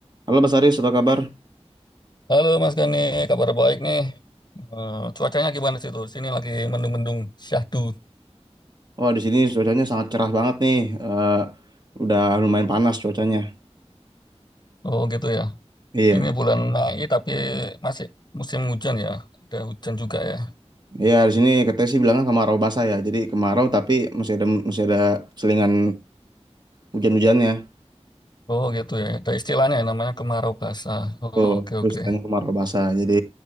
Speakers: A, on the right; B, on the left.
A: Halo Mas Aris, apa kabar?
B: Halo Mas Gani, kabar baik nih. Eh, cuacanya gimana sih tuh? Sini lagi mendung-mendung syahdu.
A: Wah, di sini cuacanya sangat cerah banget nih. Eh, udah lumayan panas cuacanya.
B: Oh gitu ya.
A: Iya,
B: Ini bulan Mei tapi masih musim hujan ya. Ada hujan juga ya.
A: iya di sini katanya sih bilangnya kemarau basah ya. Jadi kemarau tapi masih ada masih ada selingan hujan-hujannya.
B: Oh gitu ya. Ada istilahnya yang namanya kemarau basah. Oh,
A: Tuh,
B: Oke
A: terus
B: oke.
A: tanya kemarau basah. Jadi